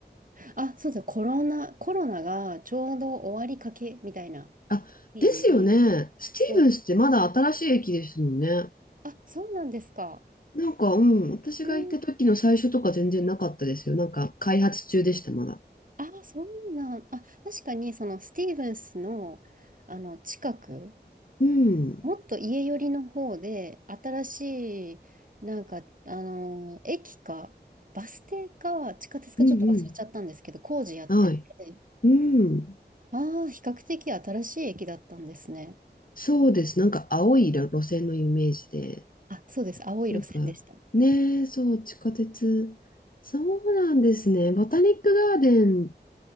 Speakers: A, on the right; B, on the left.
A: あ、そうだ、コロナ、コロナがちょうど終わりかけみたいな
B: あ、
A: 日に、
B: ですよね。スティーブンスってまだ新しい駅ですもんね。
A: こうあ、そうなんですか。
B: なんか、うん、私が行った時の最初とか全然なかったですよ。
A: へー
B: なんか、開発中でした、まだ。
A: あ、そうなん、あ、確かにそのスティーブンスの、あの近く
B: うん、うん、
A: もっと家寄りの方で、新しい、なんか、あのー駅か、バス停か、地下鉄かちょっと忘れちゃったんですけど、
B: うん。
A: 工事やってて、
B: はい。うん。
A: ああ、比較的新しい駅だったんですね。
B: そうです。なんか、青い路線のイメージで。
A: あ、そうです。青い路線でした。
B: なんか、ねえ、そう、地下鉄。そうなんですね。ボタニックガーデン、